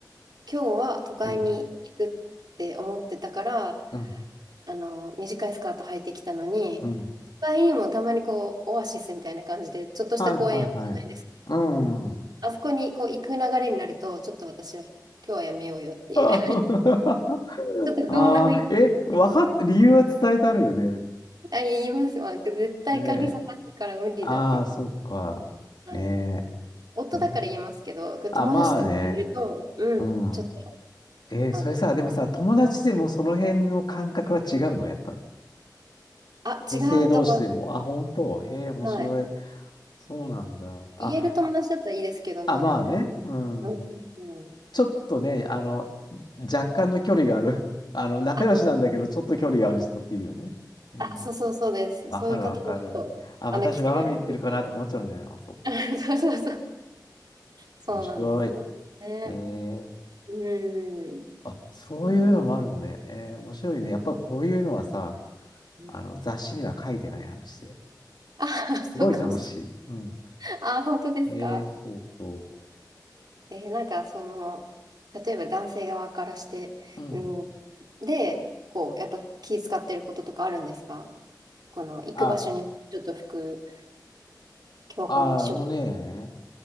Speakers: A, on the right; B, on the left.
A: 今日は都会に行くって思ってたから、
B: うん、うん、
A: あの、短いスカート履いてきたのに、
B: うん。
A: 都会にもたまにこう、オアシスみたいな感じで、ちょっとした公園あるじゃないですか。
B: はい、はい、はい。うん、うん。
A: あそこにこう、行く流れになると、ちょっと私は、今日はやめようよっていう、
B: <laughs> あ
A: <laughs> ちょっと不穏な雰囲気。
B: あー、え、わかっ、理由は伝えてあるよね。
A: あ、言います。まあ、絶対蚊に刺されるから無理だって。
B: ねああそっか。
A: はい。
B: ね
A: 夫だから言えますけど、
B: え。
A: 友達とかいると、
B: あ、まあね。
A: うん、
B: うん。
A: ちょっと、
B: え、
A: あの、
B: それさ、でもさ、友達でもその辺の感覚は違うの、やっぱり。
A: あ、
B: 女性同士でも。
A: 違うと思
B: あ、本当。へえ、面白い。
A: う。はい。
B: そうなんだ。あ、
A: 言える友達だったらいいですけどね。
B: あ、まあね。うん。
A: うんうん、
B: ちょっとね、あの、若干の距離がある。<laughs> あの、仲良しなんだけど、
A: あ、
B: ちょっと距離がある人っているよね。うん。
A: あ、そうそうそうです。
B: わかるわかる。
A: そういう方だと、
B: あ、
A: あの、
B: 私、
A: 着てる服。
B: 我が身言ってるかなとか思っちゃうね。あ、そう。
A: <laughs> そうそうそう。そうなんですよね。
B: 面白い。えー、
A: うん。
B: あ、そういうのもあるのね。
A: うん。
B: えー、面白いね。やっぱりこういうのはさ、
A: うん
B: あの、雑誌には書いてない話で。
A: あ、そうかも。
B: すごい楽しい。うん。
A: あ、本当ですか
B: えー、そうそ
A: えーなんかその、例えば男性側からして、
B: う。うん。
A: うん、で、こう、やっぱ気使ってることとかあるんですかこの、行く場所に、
B: あ、
A: ちょっと服、今日はこれにしよ
B: ああのね、